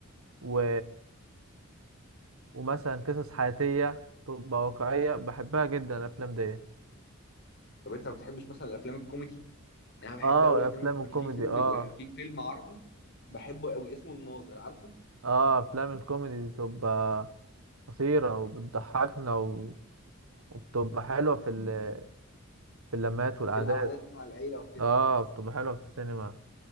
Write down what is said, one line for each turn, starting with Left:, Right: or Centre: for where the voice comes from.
Right: و... ومثلا قصص حياتية تبقى واقعية بحبها جدا الافلام دي
Left: طب انت ما بتحبش مثلا الافلام الكوميدي يعني انا بحب
Right: اه
Left: قوي
Right: والافلام
Left: افلام الكوميدي
Right: الكوميدي
Left: في فيلم
Right: اه
Left: ب... في فيلم عربي بحبه قوي اسمه الناظر عارفه
Right: اه افلام الكوميدي دي بتبقى قصيرة وبتضحكنا و... وبتبقى حلوة في ال... في اللمات والعادات
Left: في القعدات مع العيلة وكده
Right: اه بتبقى حلوة في السينما